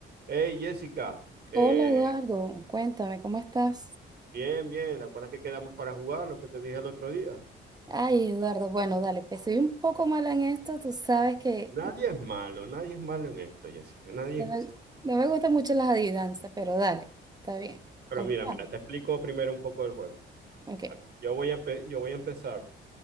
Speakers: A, on the right (about 55°); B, on the right (about 20°).
A: Hey Jessica, eh,
B: Hola Eduardo, cuéntame, ¿cómo estás?
A: bien, bien, ¿te acuerdas que quedamos para jugar lo que te dije el otro día?
B: Ay, Eduardo, bueno, dale, pues soy un poco mala en esto, tú sabes que
A: Nadie es malo, nadie es malo en esto, Jessica, nadie.
B: no me, no me gustan mucho las adivinanzas, pero dale, está bien.
A: Pero
B: Comenzamos.
A: mira, mira, te explico primero un poco el juego.
B: Ok.
A: Vale, yo voy a, empe- yo voy a empezar